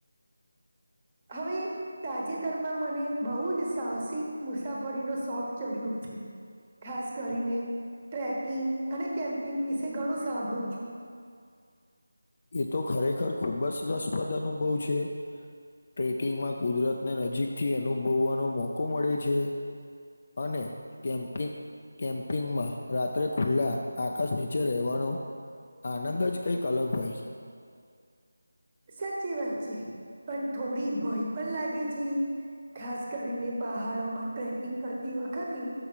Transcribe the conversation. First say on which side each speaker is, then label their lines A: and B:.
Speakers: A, on the right; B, on the left.
A: હવે તાજેતરમાં મને બહુ જ સાહસિક મુસાફરીનો શોખ ચડ્યો છે ખાસ કરીને ટ્રેકિંગ અને કેમ્પિંગ વિશે ઘણું સાંભળું છું
B: એ તો ખરેખર ખુબ જ રસપદ અનુભવ છે ટ્રેકિંગમાં કુદરતને નજીકથી અનુભવવાનો મોકો મળે છે અને કેમપિ કેમ્પિંગમાં રાત્રે ખુલ્લા આકાશ નીચે રહેવાનો આનંદ જ કંઈક અલગ હોય છે.
A: સાચી વાત છે પણ થોડી ભય પણ લાગે છે. ખાસ કરીને પહાડોમાં ટ્રેકિંગ કરતી વખતે